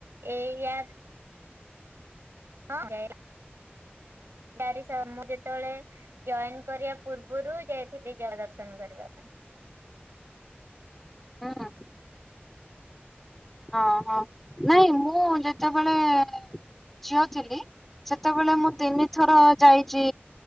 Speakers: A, on the right (about 80°); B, in the centre.
A: ଏଇୟା। ହଁ <unintelligible> <inaudible> ର ମୁଁ ଯେତେବେଳେ ଜଏନ କରିବା ପୂର୍ବରୁ ଯାଇଥିଲି ଜଳ ଦର୍ଶନ କରିବା ପାଇଁ।
B: ହୁଁ। ଅଁ ହଁ ନାଇଁ ମୁଁ ଯେତେବେଳେ ଝିଅ ଥିଲି। ସେତେବେଳେ ମୁଁ ତିନିଥର ଯାଇଚି।